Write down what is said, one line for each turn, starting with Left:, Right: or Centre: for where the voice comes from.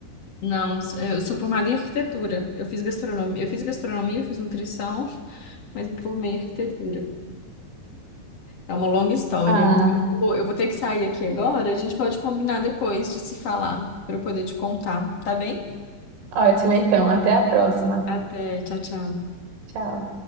Left: Não, eu sou formada em arquitetura. Eu fiz gastronomia, eu fiz gastronomia, eu fiz nutrição, <laughs> mas me formei em arquitetura. É uma longa história.
Right: Ah,
Left: Eu vou, eu vou ter que sair aqui agora. A gente pode combinar depois de se falar, para eu poder te contar, tá bem?
Right: ótimo, então. Até a próxima.
Left: Até, tchau, tchau.
Right: Tchau.